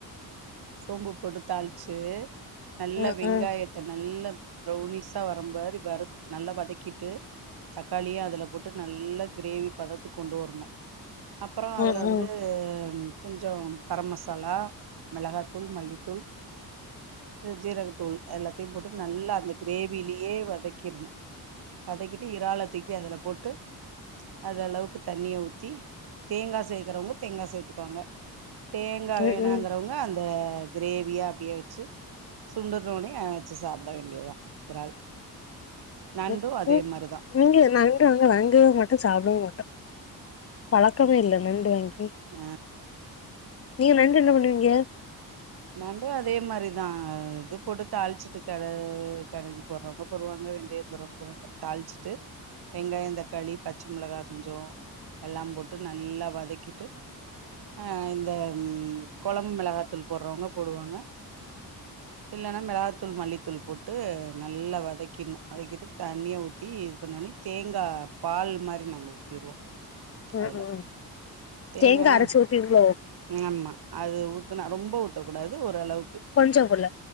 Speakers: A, on the right; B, on the left.
A: சோம்பு போட்டு தாளிச்சு நல்ல
B: ஆ
A: வெங்காயத்த
B: ஆ
A: நல்ல பௌனிஸ்சா வரும்பாரி வறுத் நல்லா வதக்கிட்டு தக்காளியா அதுல போட்டு நல்ல கிரேவி பதத்துக்கு கொண்டு வரணு அப்றோ அதுல
B: ஆ
A: வந்து
B: ஆ
A: கொஞ்சோ கரம் மசாலா மெளகாயத்தூள் மல்லித்தூள் ஜீரகத்தூள் எல்லாத்தையு போட்டு நல்லா அந்த கிரேவிலயே வதக்கிடணு வதக்கிட்டு இறால துக்கி அதுல போட்டு அது அளவுக்கு தண்ணிய ஊத்தி தேங்காய் சேக்குறவுங்க தேங்காய் சேத்துக்குவாங்க தேங்காய்
B: ம்
A: வேணாங்கறவங்க
B: ம்
A: அந் இத கிரேவியா அப்படியே வெச்சு சுண்டுணோனயே வெச்சு சாப்பிட வேண்டியதுதா இறால் நண்டு
B: <unintelligible>
A: அதே மாரிதா
B: இங்க நாங்க அங்க வாங்கவு மாட்டோ சாப்பிடவு மாட்டோ பழக் கமே இல்ல நண்டு வாங்
A: அ
B: நீங்க நண்டு என்ன பண்ணுவீங்க
A: நண்டு அதே மாரிதா இது போட்டு தாளிச்சுட்டு கட கடுகு போடுறவங்க போடுவாங்க வெந்தய போடுறவங்க போடுவாங்க தாளிச்சுட்டு வெங்காயந் தக்காளி பச்ச மெளகா கொஞ்சொ எல்லாம் போட்டு நல்லா வதக்கிட்டு அஹ் இந்த ம் கொழம்பு மிளகா தூள் போடுறவங்க போடுவாங்க இல்லன்னா மெளகாத்தூள் மல்லித்தூள் போட்டு நல்லா வதக்கீறணு வதக்கிட்டு தண்ணியா ஊத்தி இது பண்ணுண்ணி தேங்கா பால் மாரி நாங்க ஊத்தீருவோ
B: ம்,
A: அதுல
B: ம்.
A: தேங்கானா
B: தேங்கா அரச்சு ஊத்துவீங்ளோ
A: ஆமா அது ஊத்துனா ரொம்ப ஊத்தக்கூடாது ஓரளவு
B: கொஞ்சோ குள்ள